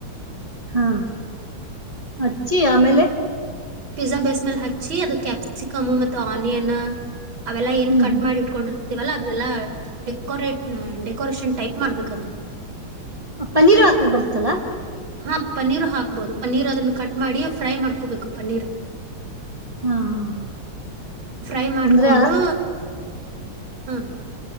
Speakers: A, on the right; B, on the right.
A: ಹಾ ಹಚ್ಚಿ ಆಮೇಲೆ
B: ಪಿಜಾ ಬೇಸ್ ಮೇಲೆ ಹಚ್ಚಿ ಅದು ಕ್ಯಾಪ್ಸಿಕಮ್ ಮತ್ತ ಆನಿಯನ್ ಅವೆಲ್ಲ ಏನ್
A: ಹ್ಮ್
B: ಕಟ್ ಮಾಡಿ ಇಟ್ಕೊಂಡಿರತ್ತ ವಲ್ಲ ಅದೆಲ್ಲಾ ಡೆಕೋರೇಟ್ ಡೆಕೋರೇಷನ್ ಟೈಪ್ ಮಾಡ್ಬೇಕ ಅದನ್ನ
A: ಪನ್ನೀರು ಹಾಕಕ್ ಬರುತ್ತಲ್ಲಾ
B: ಹಾ ಪನೀರು ಹಾಕ್ಬೋದು ಪನ್ನೀರ್ ಅದನ್ನ ಕಟ್ ಮಾಡಿ ಫ್ರೈ ಮಾಡ್ಕೋಬೇಕು ಪನ್ನೀರ್
A: ಹಾ ಹಾ
B: ಫ್ರೈ ಮಾಡ್ಕೊಂಡು
A: ಅಂದ್ರೆ
B: ಹ್ಮ